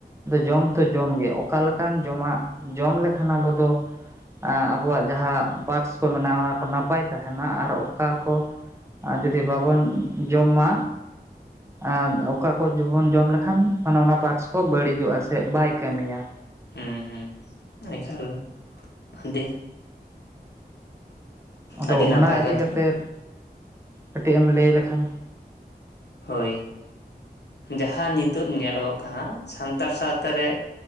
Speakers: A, on the right (about 15°); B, on the left (about 85°).
A: ᱡᱚᱢ ᱛᱚ ᱡᱚᱢᱜᱮ ᱚᱠᱟ ᱞᱮᱠᱟᱱ ᱡᱚᱢᱟᱜ ᱡᱚᱢ ᱞᱮᱠᱷᱟᱱ ᱟᱵᱚ ᱫᱚ ᱟᱵᱚᱣᱟᱜ ᱡᱟᱦᱟᱸ ᱯᱟᱴᱥ ᱠᱚ ᱢᱮᱱᱟᱜᱼᱟ ᱚᱱᱟ ᱱᱟᱯᱟᱭ ᱛᱟᱦᱮᱱᱟ ᱟᱨ ᱚᱠᱟ ᱠᱚ ᱡᱩᱫᱤ ᱵᱟᱵᱚᱱ ᱡᱚᱢᱟ ᱟᱫ ᱚᱠᱟ ᱠᱚᱵᱚᱱ ᱡᱚᱢ ᱞᱮᱠᱷᱟᱱ ᱢᱟᱱᱮ ᱚᱱᱟ ᱯᱟᱴᱥ ᱠᱚ ᱵᱟᱹᱲᱤᱡᱚᱜᱼᱟ ᱥᱮ ᱵᱟᱭ ᱠᱟᱹᱢᱤᱭᱟ
B: ᱦᱩᱸ ᱦᱩᱸ ᱮᱠᱟᱞ <unintelligible>
A: ᱟᱫᱚ
B: ᱟᱹᱰᱤ ᱱᱟᱯᱟᱭ
A: ᱚᱱᱟ ᱤᱫᱤ
B: ᱠᱟᱛᱷᱟ
A: ᱠᱟᱛᱮᱮᱫ ᱠᱟᱹᱴᱤᱡ ᱮᱢ ᱞᱟᱹᱭ ᱞᱮᱠᱷᱟᱱ
B: ᱦᱳᱭ ᱡᱟᱦᱟᱸ ᱱᱤᱛᱚᱜ ᱧᱮᱞᱚᱜᱚᱜ ᱠᱟᱱᱟ ᱥᱟᱱᱛᱟᱲ ᱥᱟᱶᱛᱟ ᱨᱮ